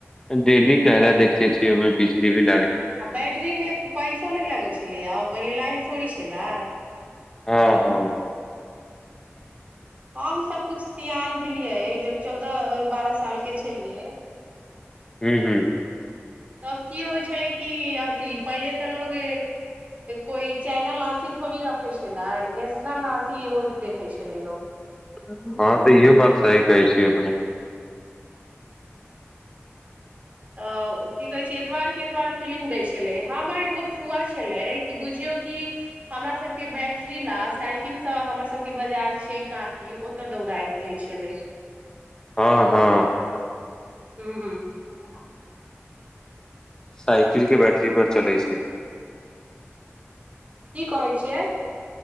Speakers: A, on the left; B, on the right.
A: डेली कहरा देखते छियै ओहिमे बिजली बिल
B: आ बैटरी मे पैसो नहि लगै छलैया ओ पहिले लाइन थोड़ी छैलै
A: हँ हँ हँ
B: हम सभ कुछ सियान भेलियै जब चौदह बारह साल के छेलियै
A: हूँ हूँ
B: तब की होइ छेलै कि अथी पहिले तऽ लोग कोइ चैनल अथी थोड़ी रखै छेलै नेशनल अथी एगो देखै छेलै लोक
A: हँ तऽ इहो बात सही कहै छी अपने
B: तऽ की कहै छै एतबार के एतबार फिलिम दै छेलै हमर एगो फुआ छेलै कि बुझियौ कि हमरा सबके बैटरी ला साइकिलसँ हमर सबके बाजार छियै काँटी तऽ दौड़ाइ दै छेलै
A: हँ हँ
B: हूँ हूँ ह <inaudible>
A: साइकिल के बैठे अथी पर चलै छै
B: की कहै छियै